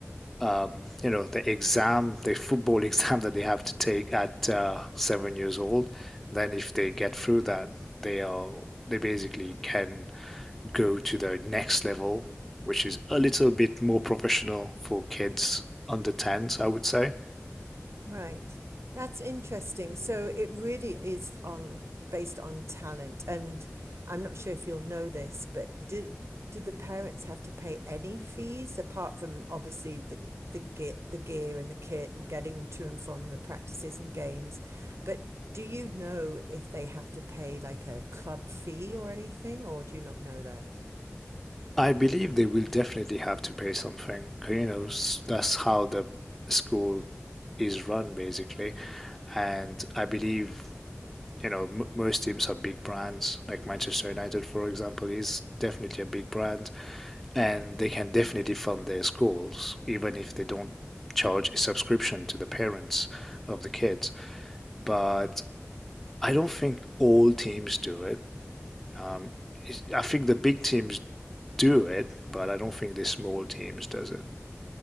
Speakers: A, in the centre; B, on the right (about 70°).
A: um, you know, the exam, the football <laughs> exam that they have to take at uh, seven years old. Then, if they get through that, they are they basically can go to the next level, which is a little bit more professional for kids under 10s, I would say.
B: Right. That's interesting. So it really is on based on talent. And I'm not sure if you'll know this, but do do the parents have to pay any fees apart from obviously the the gear, the gear and the kit and getting them to and from the practices and games? But do you know if they have to pay like a club fee or anything, or do you not know that?
A: I believe they will definitely have to pay something. 'cause, You know, s- that's how the school is run, basically. And I believe, you know, m most teams are big brands. Like Manchester United, for example, is definitely a big brand, and they can definitely fund their schools, even if they don't charge a subscription to the parents of the kids. But I don't think all teams do it. Um, I think the big teams do it, but I don't think the small teams does it.